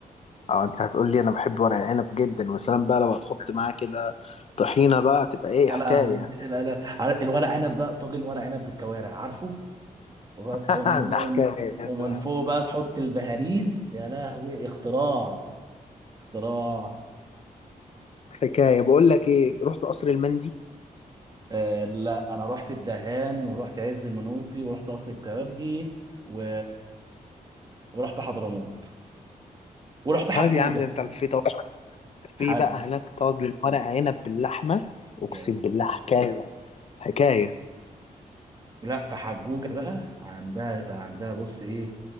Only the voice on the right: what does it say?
يا
لهوي لا لا عار- الورق عنب بقى طاجن ورق عنب بالكوارع عارفه وغط-
ومن ومن
ومن
فوق بقى تحط البهاريز يا لهوي اختراع اختراع
آه لا انا رحت الدهان ورحت عز المنوفي ورحت قصر الكبابجي و... ورحت حضرموت ورحت حجوجه
حج
يعني
لا في حجوجه بقى عندها عندها بص ايه